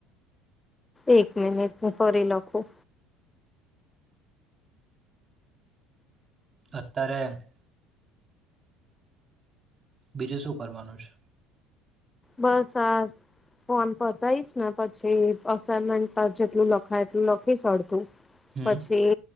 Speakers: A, on the left (about 20°); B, on the right (about 30°).
A: એક મિનિટ હું ફરી લખું.
B: અતારે. બીજું શું કરવાનું છે.
A: બસ આજ. ફોન પતાઈશ ને પછી એસાઈમેન્ટ પર જેટલું લખાય એટલું લખીશ અડધું.
B: હમ,
A: પછી